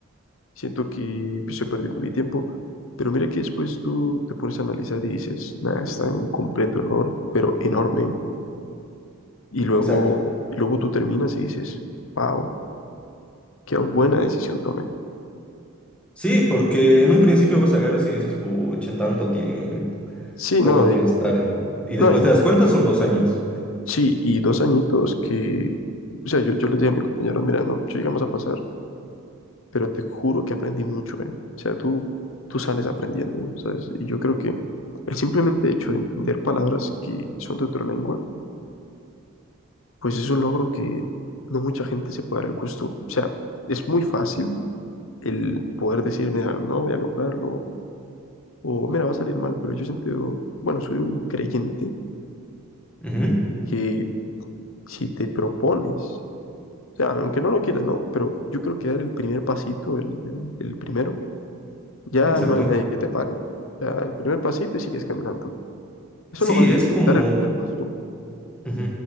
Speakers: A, on the left; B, in the centre.
A: siento que pues, estoy perdiendo mi tiempo. Pero mira que después tú te pones a analizar y dices, nada, está en un completo error, pero enorme. Y luego,
B: exacto.
A: y luego tú terminas y dices, wow, qué buena decisión tomé.
B: Sí, porque en un principio vas a agarras y dices, pucha, tanto tiempo,
A: Sí,
B: ¿cómo
A: no,
B: voy
A: y-
B: a estar en esto? Y
A: no,
B: después
A: y
B: te
A: encima,
B: das cuenta, son dos añitos.
A: sí, y dos añitos que, o sea, yo, yo les dije a mis compañeros, mira, no, si llegamos a pasar pero te juro que aprendí mucho, ¿eh? O sea, tú, tú sales aprendiendo, ¿sabes? Y yo creo que el simplemente hecho de entender palabras que son de otra lengua, pues es un logro que no mucha gente se puede dar el gusto. O sea, es muy fácil el poder decir, mira, no voy a lograrlo, o mira, va a salir mal, pero yo siento, bueno, soy un creyente
B: Ujú,
A: que si te propones, o sea, aunque no lo quieras, no, pero yo creo que dar el primer pasito, el, el el primero, Ya
B: Exacto.
A: no hay nadie que te pare. Ya el primer pasito y sigues caminando. Eso
B: Sí,
A: es lo más difícil,
B: es como,
A: dar el primer paso.
B: ujú,